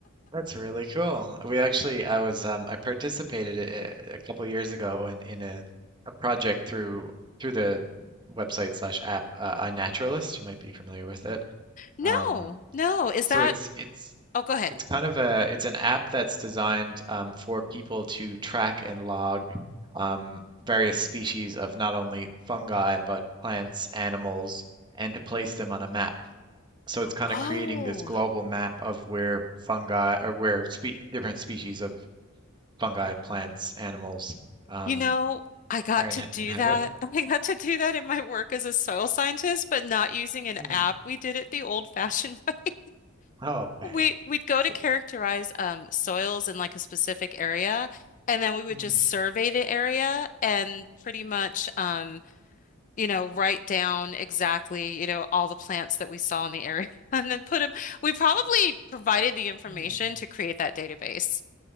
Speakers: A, on the right (about 20°); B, on the left (about 35°).
A: that's really cool. We actually, I was, um, I participated a, a couple years ago in, in a, a project through through the website slash app uh, iNaturalist. You might be familiar with it.
B: No,
A: Um,
B: no. Is
A: so
B: that?
A: it's it's
B: Oh, go ahead.
A: it's kind of a it's an app that's designed um, for people to track and log um, various species of not only fungi but plants, animals, and to place them on a map. So it's kind
B: Oh.
A: of creating this global map of where fungi or where spe different species of fungi, plants, animals um,
B: You know, I got
A: are in
B: to do
A: inhabit.
B: that. <laughs> I got to do that in my work as a soil scientist, but not using an
A: Hmm.
B: app. We did it the old-fashioned <laughs> way.
A: Oh, okay.
B: We we'd go
A: So-
B: to characterize um, soils in like a specific area, and then we would
A: Hmm.
B: just survey the area and pretty much um, you know, write down exactly, you know, all the plants that we saw in the area <laughs> and then put them. We probably provided the information
A: hmm.
B: to create that database.